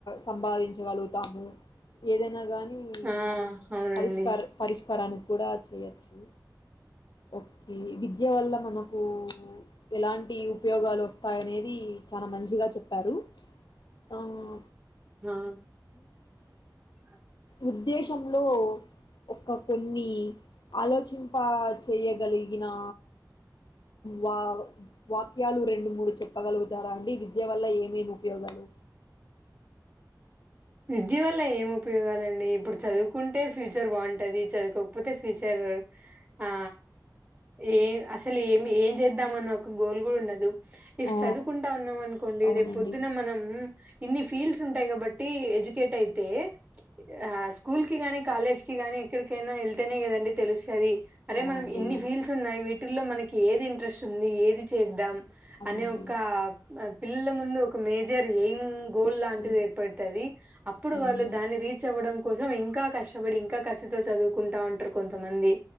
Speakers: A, on the left (about 90°); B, on the right (about 20°).
A: సంపాదించగలుగుతాము. ఏదైనా గానీ కి
B: ఆ
A: మనము
B: అవునండి
A: పరిష్కార్, పరిష్కారాన్క్ కూడా చేయచ్చు. ఓకే విద్య వల్ల మనకు ఎలాంటి ఉపయోగాలు వస్తాయ్, అనేది చానా మంచిగా చెప్పారు. పాప్
B: మామ్ <inaudible>
A: ఉద్దేశంలో ఒక కొన్ని ఆలోచింపా చేయగలిగిన్ నా వా వాక్యాలు రెండు మూడు చెప్పగలుగుతారా అండి. విద్ ద్య వల్ల ఏమేమి ఉపయోగాలు.
B: విద్య వల్ల ఏం ఉపయోగాలండి ఇప్పుడు చదువుకుంటే ఫ్యూచర్ బావుంటది. చదువుకోకపోతే ఫ్యూచర్ ఆ ఏ అసలు ఏమి ఏం చేద్దామని ఒక గోల్ గూడ ఉండదు. ఇఫ్
A: ఆ
B: చదువుకుంటా ఉన్నాం అనుకోండి.
A: అవునండి
B: రేపు పొద్దున మనం ఇన్ని ఫీల్స్ ఉంటాయి. కాబట్ట టీ అడ్జజుకెట్ అయితే ఆ స్కూల్ గాని కాలేజ్ కిగాని ఎక్కడికైనా ఏళ్తేనే కదండి తెలుస్తాది. అరే
A: అవునండి
B: మనం ఇన్ని
A: అవునండి
B: ఫీల్స్ ఉన్నాయి. విట్ టిలో మనకి ఏది ఇంట్రెస్ట్ ఉంది. ఏది చేద్దాం
A: అవునండి
B: అనే ఒక పిల్లల ముందు ఒక మేజర్, యేంగ్ గోల్డ్
A: ఓకే
B: లాంటిదే. పెడుతది అప్పుడు
A: అవును
B: వాళ్ళు దాన్ని రీచ్ అవ్వడం. కోసం ఇంకా కష్టపడి ఇంకా కసితో చదువుకుంటా ఉంట్రు కొంతమంది